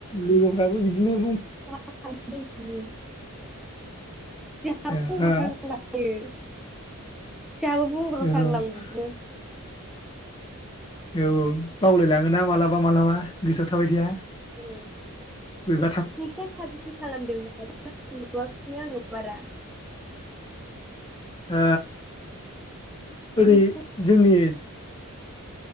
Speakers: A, on the left; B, in the centre.
A: लोगोफ्राबो बिदिनो बुं।
B: <inaudible> <unintelligible>
A: हो औ
B: जहाबो बुंब्रो
A: औ
B: फ्लालायो बिदिनो।
A: औ औ बावलाय लाङोना मालाबा मालाबा गोसोआव थाबाय थाया।
B: औ
A: बोरैबा थां
B: नोंसना साबेसे खालामदोंमोन <unintelligible> आङो बारा।
A: हो। ओरै
B: नोंसिना
A: जोंनि।